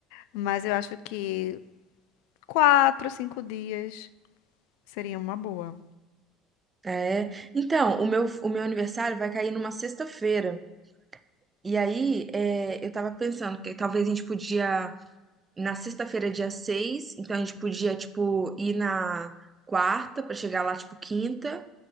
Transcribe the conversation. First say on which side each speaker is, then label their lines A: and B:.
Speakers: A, on the left; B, on the right.
A: Mas eu acho que quatro, cinco dias seria uma boa.
B: É. Então, o meu, o meu aniversário vai cair numa sexta-feira. E aí, é, eu tava pensando que talvez a gente podia na sexta-feira, dia seis então a gente podia, tipo, ir na quarta pra chegar lá, tipo, quinta